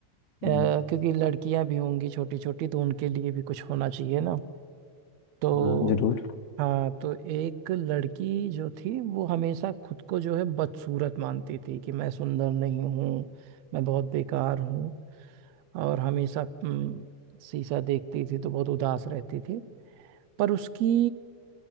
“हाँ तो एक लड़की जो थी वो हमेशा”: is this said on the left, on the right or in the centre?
Right